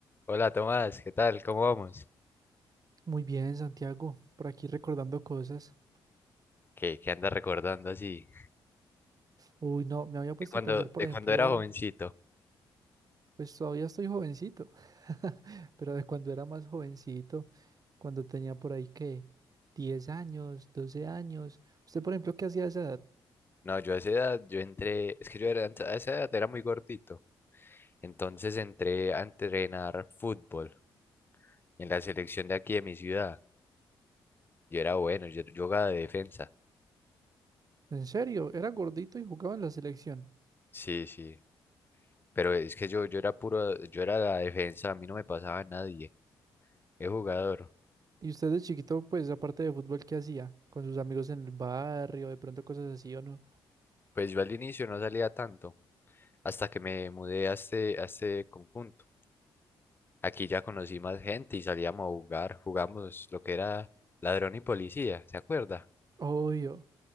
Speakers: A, on the left; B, on the right.
A: Hola Tomás, ¿qué tal? ¿Cómo vamos?
B: Muy bien, Santiago, por aquí recordando cosas.
A: ¿Qué, qué andas recordando así?
B: Uy, no, me había puesto
A: De cuando,
B: a pensar,
A: de
B: por ejemplo,
A: cuando era jovencito.
B: pues todavía estoy jovencito, <laughs> pero de cuando era más jovencito, cuando tenía por ahí que 10 años, 12 años. Usted, por ejemplo, ¿qué hacía a esa edad?
A: No, yo a esa edad, yo entré, es que yo era, a esa edad era muy gordito. Entonces entré a entrenar fútbol en la selección de aquí de mi ciudad. Yo era bueno, yo, yo jugaba de defensa.
B: En serio, era gordito y jugaba en la selección.
A: Sí, sí. Pero es que yo, yo era puro, yo era la defensa, a mí no me pasaba nadie. Es jugador.
B: Y usted de chiquito, pues aparte de fútbol, ¿qué hacía? Con sus amigos en el barrio, de pronto cosas así o no.
A: Pues yo al inicio no salía tanto, hasta que me mudé a este, a este conjunto. Aquí ya conocí más gente y salíamos a jugar. Jugamos lo que era ladrón y policía, ¿se acuerda?
B: Obvio.